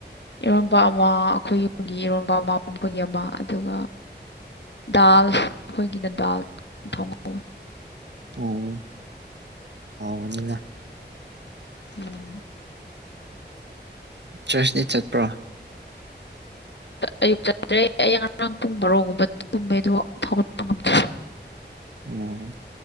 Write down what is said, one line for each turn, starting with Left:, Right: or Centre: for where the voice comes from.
Left: ꯏꯔꯣꯟꯕ ꯑꯃ ꯑꯩꯈꯣꯏꯒꯤ ꯒꯤ ꯏꯔꯣꯕ ꯃꯣꯏꯒꯤ ꯑꯃ ꯑꯗꯨꯒ ꯗꯥꯜ ꯑꯩꯈꯣꯏꯒꯤꯗ ꯗꯥꯜ ꯊꯧꯉꯧꯤ
Right: ꯑꯣ ꯍꯥꯎꯅꯤ
Left: ꯎꯝ
Right: ꯆꯔꯆꯇꯤ ꯆꯠꯄ꯭ꯔꯣ
Left: ꯑꯌꯨꯛ ꯆ꯭ꯔꯦ ꯑꯏ ꯉꯔꯥꯡ ꯄꯨꯡ ꯃꯔꯔꯣꯒꯨꯝꯕ ꯇꯨꯝꯃꯦ ꯑꯗꯣ ꯊꯧꯒꯠꯄ ꯉꯝꯗ꯭ꯔꯦ
Right: ꯎꯝ